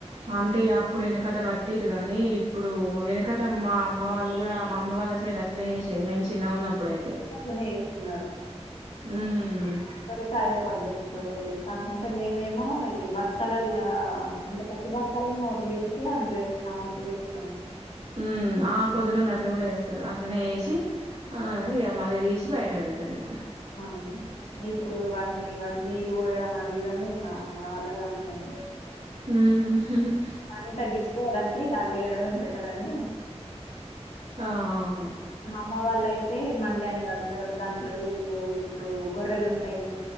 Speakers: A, on the right (about 80°); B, on the left (about 75°).
A: అంటే ఇగప్పుడు ఎనకట కట్టిర్రు గనీ ఇప్పుడు వెనకట మా అమ్మ వాళ్ళు గూడ మా అమ్మ వాళ్ళ సైడ్ అట్ ట్నే చేసేది మేము చిన్నగున్నప్పుడైతే
B: అట్లనే చేస్తున్నారు
A: ఉమ్
B: ఇప్పడికి అదే పద్దతి ఇంకా పోలే కాకుంటే మేమేమో ఇవి బస్తలల్ల ఆ అంటే పత్తి బస్తాల్లనే వడ్లేసి అందులో ఏస్తాం హౌజులేస్తాం
A: ఉమ్ ఆ కొంతమంది అట్ల కూడ ఏస్తరు అట్లనే ఏసి ఆదే ఇగ మల్ల దీషి బయట బేడతరిగ
B: ఆ ఇప్పుడు వాటిని ని వాటికి నీళ్ళు పోయడం అదీ ఇదంటే ఇగ నా మన వల్ల కాని పని
A: ఉమ్ హ్
B: పని తగ్గిచ్చుకోవాలంటె అట్ల చేయడమే బెటర్ అని
A: ఆ ఆ అ
B: మ్మ వాళ్ళయితే మండని గడతరు దాంట్లో ఊరూ ఇప్పుడు గొర్రెలు ఉంటయి గద